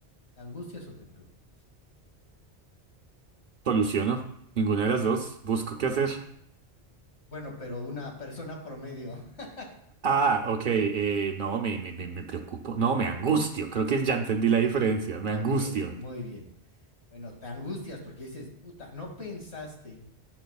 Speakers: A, on the left (about 70°); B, on the right (about 55°).
A: ¿Te angustias o te preocupas?
B: Soluciono. Ninguna de las dos. Busco qué hacer.
A: Bueno, pero una persona promedio. <laughs>
B: Ah, ok, eh, no, me, me, me, me preocupo. No, me angustio. Creo que ya entendí la diferencia. Me
A: Ok,
B: angustio.
A: muy bien. Bueno, te angustias porque dices, puta, no pensaste